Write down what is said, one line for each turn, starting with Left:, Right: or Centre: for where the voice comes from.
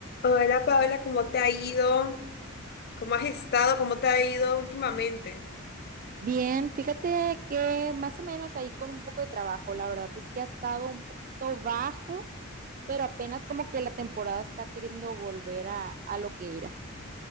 Left: Hola Paola, ¿cómo te ha ido? ¿Cómo has estado? ¿Cómo te ha ido últimamente?
Right: Bien, fíjate que más o menos ahí con un poco de trabajo, la verdad es que ha estado un poquito bajo, pero apenas como que la temporada está queriendo volver a, a lo que era.